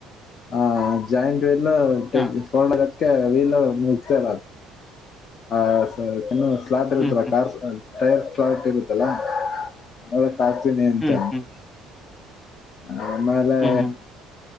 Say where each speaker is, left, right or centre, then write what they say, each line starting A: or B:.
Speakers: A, on the left; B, on the left.
A: ಆ ಜಾಯಿಂಟ್ ಎಲ್ಲ
B: ಹಾ
A: ಫೋಲ್ಡ್ ಆಗ ವೀಲರ್ ಮುಗ್ತರ ಅ ಆ ಇನ್ನು ಸ್ಲಾಟ್ ಇರ್ತ್ತರ
B: ಹ್ಮ್ ಹ್ಮ್
A: ಕಾರ್ ಟೈರ್ ಸ್ಟಾರ್ಟ್ ಇರುತ್ತಲ್ಲಾ ನ ನೋಡಕ್ ಆಕ್ತೀನಿ ಅಂತ
B: ಹ್ಮ್ ಹ್ಮ್
A: ಆ ಮಲೆ
B: ಹ್ಮ್ ಹ್ಮ್